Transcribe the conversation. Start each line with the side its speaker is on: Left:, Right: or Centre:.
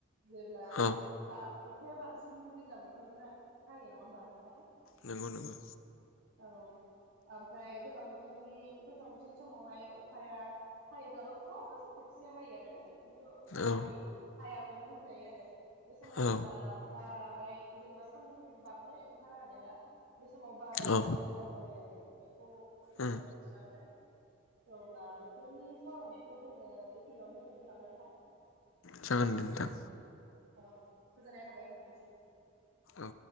Right: जेब्ला
Left: औ
Right: अखा अखाया बांसिन दैज्लां बोथोर हायो नङा होमबा नोंथां।
Left: नंगौ नंगौ।
Right: औ ओमफ्राय गोजां बोथोरनि गोजां बोथोरनि समावहाय अखाया हायोब्लाबो गोबाव जों खेबसे हायो आरो खिन्थु हायि
Left: औ
Right: हायाखौनो होनजायो आरो बे समाव
Left: औ
Right: जोंना बाराहाय जेनेबा सान्दुं बांद्राय ओंखारा आरो ना बे समाव बारा जोंना
Left: औ
Right: गोरान जायो आरो बेखौ जोङो
Left: उम
Right: मिथि ना मोनो अब्ला बोथोरनि सावरायनायखौ जोङो बेखिनियावनो दोनथनोसै नामा नोंथां हा।
Left: जागोन दे नोंथां।
Right: औ गोजोननाय थाबाय नोंथां निसिम।
Left: औ